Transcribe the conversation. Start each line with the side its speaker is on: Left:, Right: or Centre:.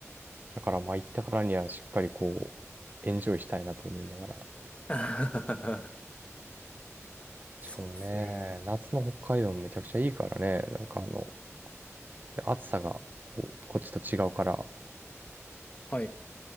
Right: だからまあ行ったからにはしっかりこう、エンジョイしたいなと思いながら。
Left: <laughs> そうですね。
Right: しかもね、夏の北海道もめちゃくちゃいいからね、なんかあの、で暑さがこう、こっちと違うから、
Left: はい。